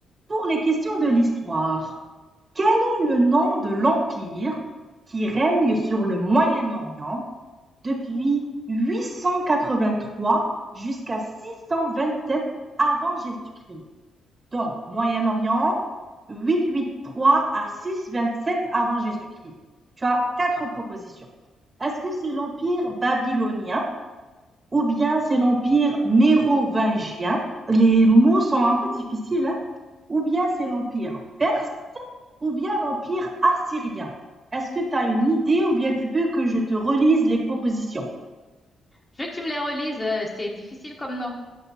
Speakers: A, on the right; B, on the left.
A: Pour les questions de l'histoire, quel est le nom de l'empire qui règne sur le Moyen-Orient depuis huit cent quatre-vingt-trois jusqu'à six cent vingt-sept avant Jésus-Christ? Donc, Moyen-Orient, 883 à 627 avant Jésus-Christ. Tu as quatre propositions. Est-ce que c'est l'empire babylonien ou bien c'est l'empire mérovingien? Les mots sont un peu difficiles, hein? Ou bien c'est l'empire perse ou bien l'empire assyrien. Est-ce que tu as une idée ou bien tu veux que je te relise les propositions?
B: Je veux que tu me les relises, euh, c'est difficile comme nom.